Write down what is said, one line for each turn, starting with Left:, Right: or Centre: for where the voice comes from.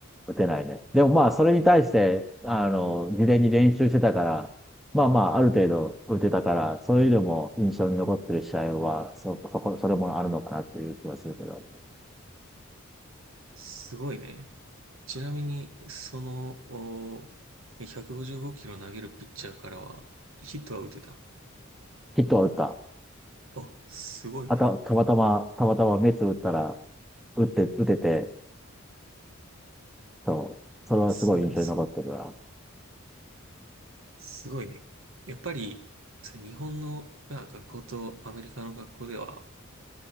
Centre: 打てないね。でもまあ、それに対して、あの、事前に練習してたから、まあまあ、ある程度打てたから、そういうのも印象に残ってる試合は、そ、そこ、それもあるのかなっていう気はするけど。
Right: すごいね。ちなみに、その、お155キロ投げるピッチャーからは、ヒットは打てた。
Centre: ヒットは打った。
Right: あ、すごいね。
Centre: あた、たまたま、たまたま目つぶったら、打って、打てて、そう。それはすごい印象に残ってるな。
Right: それはす、すごいね。やっぱり、そう日本の、まあ、学校とアメリカの学校では、